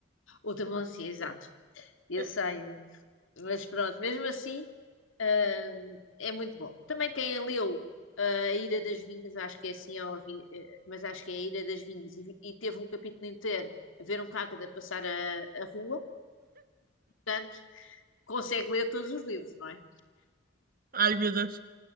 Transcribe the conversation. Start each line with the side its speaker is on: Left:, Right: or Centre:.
Left: Ou também assim, exato. Eu
Right: <laughs>
Left: sei, mas pronto, mesmo assim, ahm, é muito bom. Também quem leu ah, A Ira das Vinhas, acho que é assim, é óbvio, eh, mas acho que é A Ira das Vinhas, e, vi- e teve um capítulo inteiro a ver um cágado a passar a, a rua, portanto, consegue ler todos os livros, não é?
Right: Ai, meu Deus.